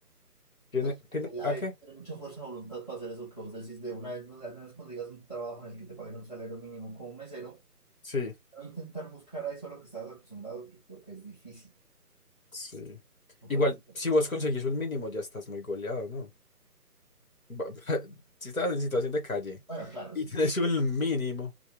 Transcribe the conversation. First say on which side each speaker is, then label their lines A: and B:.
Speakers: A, on the left; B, on the left.
A: ¿Tiene,
B: Entonces,
A: tiene,
B: eh, hay
A: ¿a qué?
B: que tener mucha fuerza de voluntad para hacer eso que vos decís de una vez, no sé, al menos consigas un trabajo en el que te paguen un salario mínimo como un mesero,
A: Sí,
B: no intentar buscar ahí solo que estás acostumbrado, yo creo que es difícil.
A: sí.
B: Porque
A: Igual,
B: una vez,
A: si vos conseguís un mínimo, ya estás muy goleado, ¿no? ba- <laughs> si estás en situación de calle
B: bueno, claro,
A: y
B: sí,
A: tienes
B: sí,
A: un mínimo,